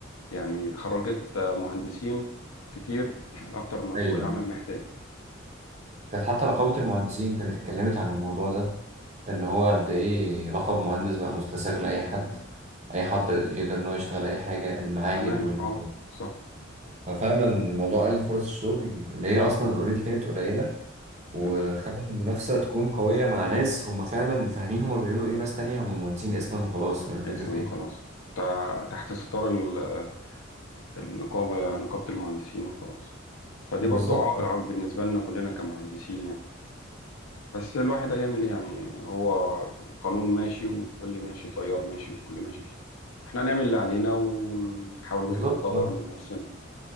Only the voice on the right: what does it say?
ايوه
أيوة.
كانت حتى رقابة المهندسين كانت اتكلمت عن الموضوع ده ان هو قد ايه لقب مهندس بقى مستساغ لاي حد اي حد يقدر ان هو يشتغل اي حاجة المعاهد
وال
ففعلا موضوع قلل فرص الشغل اللي هي اصلا اوريدي كانت قليلة وخلى
المنافسة تكون قوية مع ناس هم فعلا فاهمين هم بيعملوا ايه وناس تانية هم مهندسين اسما وخلاص فاهم الفكرة
في ايه
بالظبط
بالظبط
آه.